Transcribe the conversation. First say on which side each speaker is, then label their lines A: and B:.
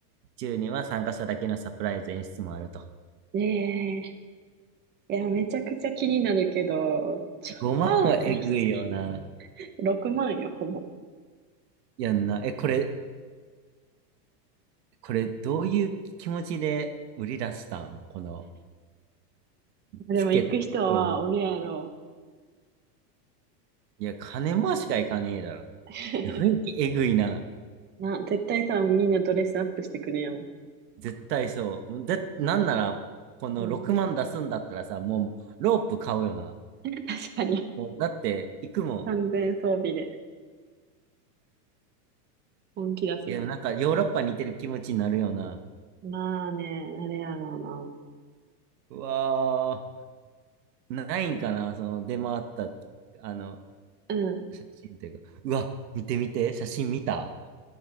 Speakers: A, on the right; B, on the right.
A: 中には参加者だけのサプライズ演出もあると。
B: ええいや、めちゃくちゃ気になるけど、ちょっと高いっすね。
A: 5万はえぐいよな。
B: 6万よ、ほぼ。
A: やんな。え、これ、これ、どういう気持ちで売り出したんこの
B: でも行く人は俺やろ。
A: チケットを。いや、金もしかいかねえだろ。
B: <laughs>
A: え雰囲気えぐいな。
B: な、絶対さ、みんなドレスアップしてくるやん。
A: 絶対そう。もうぜ、なんなら、この6万出すんだったらさ、
B: うん。
A: もうロープ買うよな。
B: <laughs> 確かに。
A: もうだって、行くもん。
B: 完全装備で本気出すよな。
A: いや、なんかヨーロッパに似てる気持ちになるよな。
B: まあね、あれやろ
A: うわー、ないんかな、その出回った、あの、
B: うな。うん。
A: 写真というか。うわ、見て見て、写真見た。